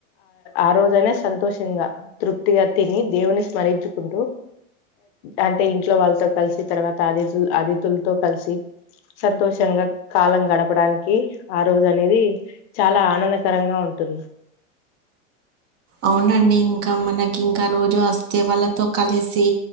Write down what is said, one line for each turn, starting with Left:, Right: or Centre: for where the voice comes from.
Left: ఆ రోజైన సంతోషంగా తృప్తిగా తిని దేవున్ని స్మరించుకుంటూ అంటే ఇంట్లో వాళ్ళతో కలిసి తర్వాత అదిథూ అతిథులతో కలిసి సంతోషంగా కాలం గడ డపడానికి ఆ రోజు అనేది చాలా ఆనందకరంగా ఉంటుంది
Right: అవునండి ఇంకా మనకి ఇంకా రోజు వస్తే వాళ్ళతో కలిసి